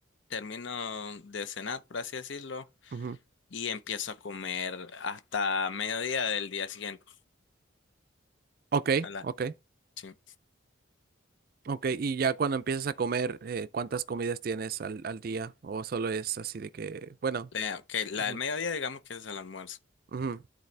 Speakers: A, on the left; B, on the right.
A: termino de cenar, por así decirlo,
B: ujú.
A: y empiezo a comer hasta mediodía del día siguiente.
B: Ok,
A: A la,
B: ok,
A: sí.
B: ok. Y ya cuando empiezas a comer, eh, ¿cuántas comidas tienes al, al día? ¿O solo es así de que, bueno?
A: La- ok, la
B: ujú,
A: del mediodía digamos que es el almuerzo.
B: ujú,